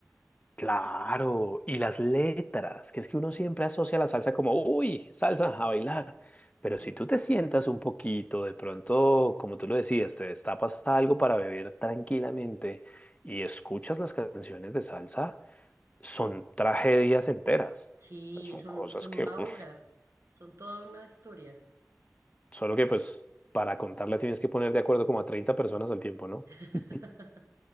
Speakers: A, on the left; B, on the right.
A: Claro, y las letras, que es que uno siempre asocia la salsa como, uy, salsa a bailar. Pero si
B: Mm,
A: tú te sientas un poquito, de pronto, como tú lo decías, te destapas algo para beber tranquilamente y escuchas las canciones de salsa, son tragedias enteras.
B: Sí,
A: O sea, Son
B: son,
A: cosas
B: son
A: que,
B: una
A: uf,
B: obra, son toda una historia.
A: solo que pues para contarla tienes que poner de acuerdo como a 30 personas al tiempo, ¿no?
B: <laughs>
A: <laughs>